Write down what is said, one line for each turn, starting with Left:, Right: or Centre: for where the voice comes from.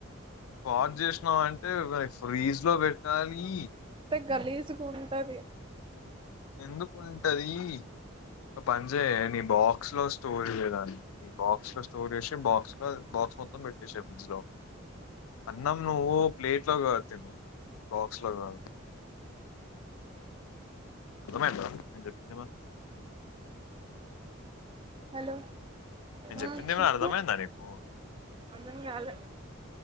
Left: వా జెస్ నం అంటే మరి ఫ్రీజ్ లో పెట్టాలి
Right: గలీజ్ గుంటది
Left: ఎందుకుంటది ఒక పని జెయే నీ బాక్స్ లో స్టోర్ చేయరాదు బాక్స్ లో స్టోర్ చేసి బాక్స్ లో బాక్స్ మొత్తం పెట్టేషేయ్ ఫ్రిడ్జ్ లో అన్నాం నువ్వు ప్లేట్ లో కాదు నువ్వు బాక్స్ లో కాదు అర్థమయిందా చెప్పింది మొత్తం
Right: హలో
Left: నేను
Right: ఆ
Left: చెప్పింది
Right: చెప్పు
Left: ఏమైనా అర్థమైందా నీకు
Right: అర్ధం కాలే